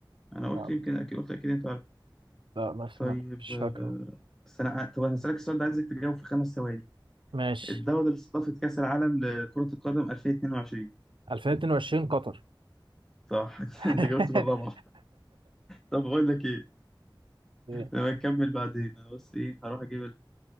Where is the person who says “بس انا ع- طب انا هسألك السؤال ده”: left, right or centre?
Centre